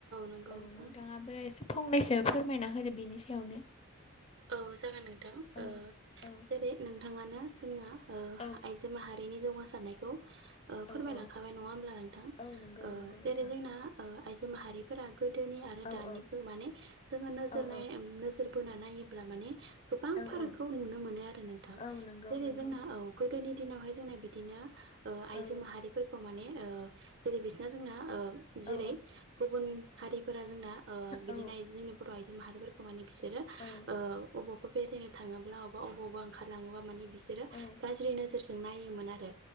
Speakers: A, on the right; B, on the left.
A: नंगौ
B: औ
A: नोंथां
B: नोंथाङाबो फंनैसो फोरमायना होदो बेनि सायावनो
A: औ जागोन नोंथां
B: औ औ
A: जेरै नोंथाङानो जोंना
B: औ
A: आइजो माहारिनि जौगासारनायखौ
B: औ
A: फोरमायलांखाबाय
B: औ
A: नङा होमब्ला नोंथां
B: औ नंगौ नंगौ नोंथां
A: जेरै जोंना आइजो माहारि फोरा गोदोनि आरो
B: औ
A: दा
B: औ
A: माने जोङो नो
B: औ औ
A: नोजोर बोना नायोबा ब्ला माने गोबां
B: औ
A: फारागखौ
B: औ
A: नुनो मोनो आरो नोंथां
B: औ नंगौ
A: जेरै
B: नंगौ
A: जोंना औ गोदोनि दिनावहाय जोंना बिदिनो आइजो
B: औ
A: माहारि फोरखौ माने जेरै बिसना जोंना जेरै
B: औ
A: गुबुन हारिफोरा जोंना बिदिनो
B: औ
A: आइजो जोंनि बर' आइजो माहारिफोरखौ माने बिसोरो
B: औ
A: अबावबा बेरायनो थाङोब्ला अबाबावबा ओंखारलाङोबा माने बिसोरो
B: औ
A: गाज्रि नोजोर नायोन आरो